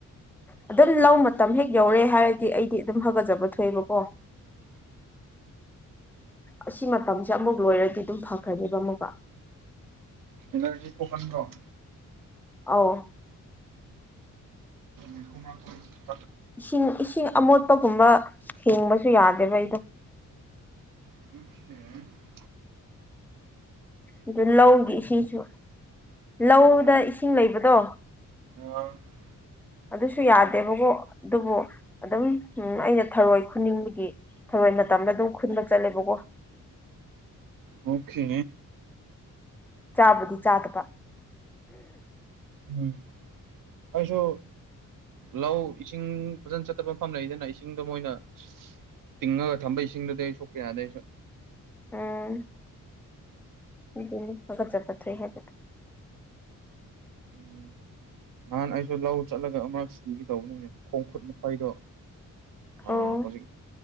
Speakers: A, in the centre; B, on the right.
A: ꯑꯗꯨꯝ ꯂꯧ ꯃꯇꯝ ꯍꯦꯛ ꯌꯧꯔꯦ ꯍꯥꯏꯔꯗꯤ ꯑꯩꯗꯤ ꯑꯗꯨꯝ ꯍꯥꯒꯠꯆꯕ ꯊꯣꯛꯑꯦꯕꯀꯣ ꯑꯁꯤ ꯃꯇꯝꯁꯦ ꯑꯃꯨꯛ ꯂꯣꯏꯔꯗꯤ ꯑꯗꯨꯝ ꯐꯈ꯭ꯔꯅꯦꯕ ꯑꯃꯨꯛꯀ
B: <unintelligible> ꯔꯣꯛꯒꯥꯟꯕ꯭ꯔꯣ
A: ꯑꯧ
B: <inaudible>
A: ꯏꯁꯤꯡ ꯏꯁꯤꯡ ꯑꯃꯣꯠꯄꯒꯨꯝꯕ ꯊꯦꯡꯕꯁꯨ ꯌꯥꯗꯦꯕ ꯑꯩꯗꯣ
B: <inaudible>
A: ꯑꯗꯨ ꯂꯧꯒꯤ ꯏꯁꯤꯡꯁꯨ ꯂꯧꯗ ꯏꯁꯤꯡ ꯂꯩꯕꯗꯣ
B: <inaudible>
A: ꯑꯗꯨꯁꯨ ꯌꯥꯗꯦꯕꯒꯣ ꯑꯗꯨꯕꯨ ꯑꯗꯨꯝ ꯎꯝ ꯑꯩꯅ ꯊꯔꯣꯏ ꯈꯨꯟꯅꯤꯡꯕꯒꯤ ꯊꯔꯣꯏ ꯃꯇꯝꯗ ꯑꯗꯨꯝ ꯈꯨꯟꯕ ꯆꯠꯂꯦꯕꯀꯣ
B: ꯑꯣꯀꯦ
A: ꯆꯥꯕꯨꯗꯤ ꯆꯥꯗꯕ
B: ꯎꯝ ꯑꯩꯁꯨ ꯂꯧ ꯏꯁꯤꯡ ꯐꯖꯅ ꯆꯠꯇꯕ ꯃꯐꯝ ꯂꯩꯗꯅ ꯏꯁꯤꯡꯗ ꯃꯣꯏꯅ ꯇꯤꯡꯉꯒ ꯊꯝꯕ ꯏꯁꯤꯡꯗꯨꯗꯤ ꯑꯩ ꯁꯣꯛꯄ ꯌꯥꯗꯦ ꯑꯩꯁꯨ
A: ꯎꯝ ꯑꯗꯨꯅꯤ ꯍꯥꯒꯠꯖꯄꯅꯦ ꯍꯦꯛꯇ
B: <inaudible> ꯅꯍꯥꯟ ꯑꯩꯁꯨ ꯂꯧ ꯆꯠꯂꯒ ꯑꯃꯛ ꯁꯤꯒꯦ ꯗꯧꯕꯅꯤꯅꯦ ꯈꯣꯡ ꯈꯨꯨꯠ ꯃꯈꯩꯗꯣ ꯑ
A: ꯑꯣ
B: ꯍꯧꯖꯤꯛ